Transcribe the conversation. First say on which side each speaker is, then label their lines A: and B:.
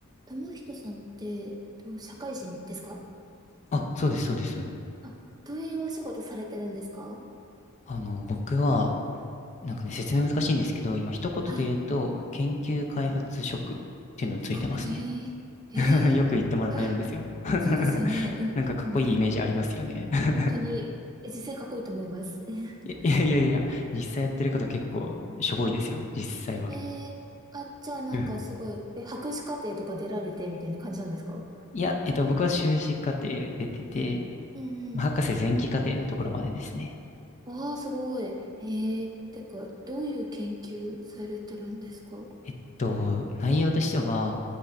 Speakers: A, on the right; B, on the left.
A: 友人さんって、と社会人ですか
B: あ、そうです、そうです。
A: あ、どういうお仕事されてるんですか
B: あの、僕は、なんかね、説明難しいんですけど、今一言で言うと、
A: はい。
B: 研究開発職っていうのついてますね。
A: かっこいい。ええはあ
B: <laughs> よく言ってもらえるんですよ。<laughs>
A: そうですよね。
B: なんかかっこいいイメージありますよね。
A: うん、うん。
B: <laughs>
A: 本当に、え実際かっこいいと思います。<laughs>
B: いやいやいや、実際やってること結構しょぼいですよ、実際は。
A: ええあ、じゃあなんかすごい、
B: <laughs>
A: え、博士課程とか出られてみたいな感じなんですか
B: いや、えっと、僕は修士課程出てて、
A: うんうん。
B: まあ博士前期課程のところまでですね。
A: ああ、すごい。ええてか、どういう研究されてるんですか
B: えっと、内容としては、